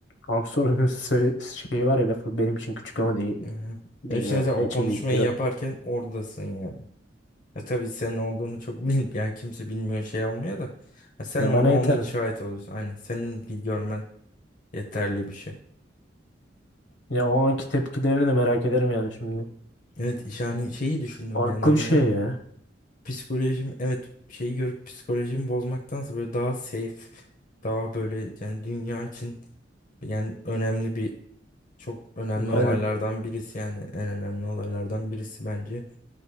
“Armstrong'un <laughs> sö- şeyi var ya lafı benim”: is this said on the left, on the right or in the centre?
Left